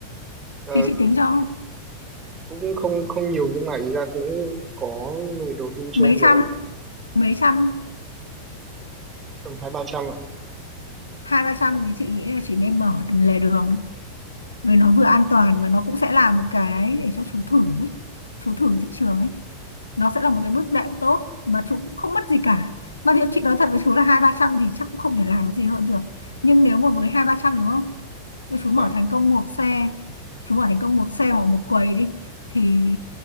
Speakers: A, on the right (about 20°); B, on the left (about 80°).
A: Ờ,
B: thì chị tính cho
A: cũng không không nhiều nhưng mà ý là cũng có người đầu tư cho
B: mấy
A: em được
B: trăm
A: á
B: mấy trăm
A: tầm hai ba trăm ạ
B: hai ba trăm thì chị nghĩ là chị nên mở lề đường vì nó vừa an toàn mà nó cũng sẽ là một cái để cho chú thử ấy chú thử thị trường ấy nó sẽ là một cái bước đệm tốt mà chú cũng không mất gì cả mà thì chị nói thật với chú là hai ba trăm thì chắc cũng không thể làm gì hơn được nhưng nếu mà với hai ba trăm đúng không nếu chú
A: vâng
B: mở thành công một xe chú mở thành công một xe hoặc một quầy đi thì